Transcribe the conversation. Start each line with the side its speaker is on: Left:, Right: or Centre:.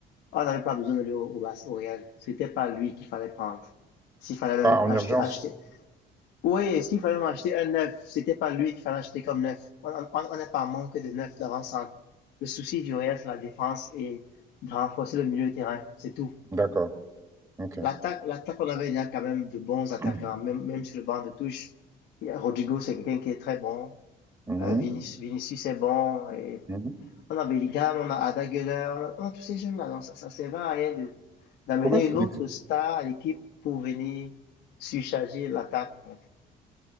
Left: On n'avait pas besoin de lui au, au, Bas- au Real. C'était pas lui qu'il fallait prendre. S'il fallait même
Right: Ah, en
Left: acheter,
Right: urgence.
Left: acheter. Oui, s'il fallait même acheter un neuf, c'était pas lui qu'il fallait acheter comme neuf. On on- on n'est pas en manque de neuf d'avant-centre. Le souci du Real, c'est la défense et de renforcer le milieu de terrain. C'est tout.
Right: D'accord. Ok.
Left: L'attaque, l'attaque, on avait déjà quand même de bons
Right: <clears throat>
Left: attaquants, même, même sur le banc de touche. Rodrigo, c'est quelqu'un qui est très bon.
Right: Mhm.
Left: Euh, Vinicius, Vinicius est bon. Et
Right: Mhm.
Left: on a Bellingham, on a Ada Gueuleur, on a, on a tous ces jeunes-là. Donc, ça, ça sert à rien de- d'amener
Right: Pourquoi tu
Left: une
Right: dis
Left: autre
Right: que
Left: star à l'équipe pour venir surcharger l'attaque, en fait.